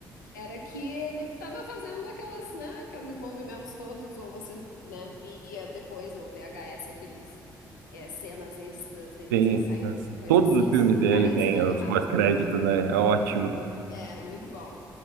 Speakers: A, on the left; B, on the right.
A: era que ele estava fazendo aquelas, né, aqueles movimentos todos, ou você, né, via depois no VHS aqueles é, cenas extras deles
B: Tem.
A: ensaiando
B: né?
A: e coisa
B: Todos
A: assim.
B: os filmes
A: Isso,
B: dele
A: cara,
B: têm
A: isso me animava
B: os pós-créditos,
A: muito.
B: né? É ótimo.
A: É, Era muito bom.